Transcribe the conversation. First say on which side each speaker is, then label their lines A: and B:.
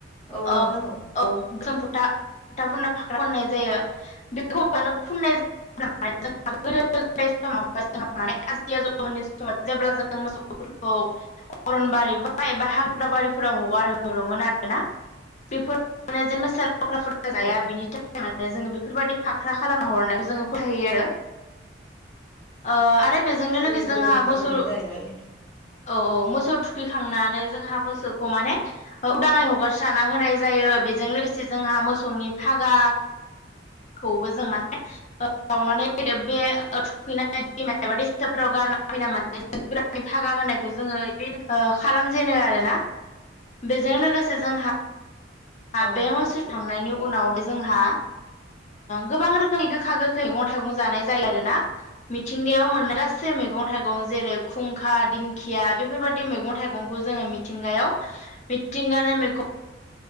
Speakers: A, in the centre; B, on the left.
A: औ
B: ओ
A: नोंथां
B: औ जोमफुथा गुथा फना फाख्रा फननाय जायो बेखौ फुनाय जायो <unintelligible> माने आजै आजौमोनि समाव जेब्ला जों मोसौफोरखौ अरनबारि बा एबा हाग्राबारिफोराव हगारहरोमोन आरोना बेफोर <unintelligible> फख्रा जाया
A: औ
B: बिनि थाखाय माने जोङो बेफोरबायाददि फाख्रा खालामना हरनाय जोङो फथायो आरो ओ आरो बेजोंनो
A: जोंनि
B: लोगोसे जोंहा
A: गोदोनि फोथायनाय
B: मोसौ
A: जाहैबाय
B: औ औ मोसौ थु खैखांनानै जोंहा मोसौखौ माने उदाङै हगारसा होनाय जायो बेजों लोगोसे जोंहा मोसौनि फागा खौबो जों माने ओ माने <unintelligible> बे थुखैनायमा दैम एबा दैसाफोराव गानहोयो <unintelligible> फागा होनायखौ जोङो बे खालामजेनो आरोना बेजों लोगोसे जोंहा
A: औ
B: बे मासो थांनायनि उनावहाय जोंहा गोबां रोखोमनि गोखा गोखै मैगं थाइगं जानाय जायो आरोना मिथिंगायाव मोननाय गासै मैगं थाइगं जेरै खुंखा दिंखिया बेफोरबायदि मैगं थाइगंखौ जोङो मिथिंगायाव मिथिंगानि मेगं